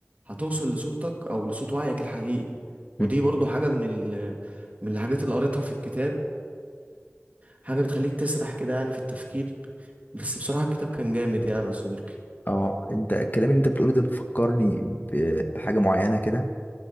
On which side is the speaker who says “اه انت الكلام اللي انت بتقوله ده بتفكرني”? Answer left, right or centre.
Left